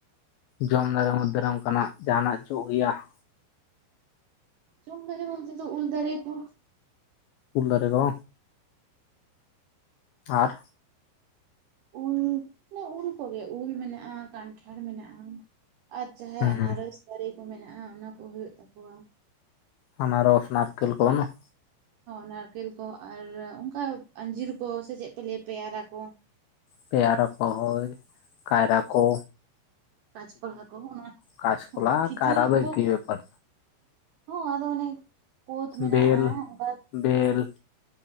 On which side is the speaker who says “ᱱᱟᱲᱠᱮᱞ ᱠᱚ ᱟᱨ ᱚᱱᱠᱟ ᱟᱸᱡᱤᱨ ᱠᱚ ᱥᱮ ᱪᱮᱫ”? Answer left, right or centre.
Right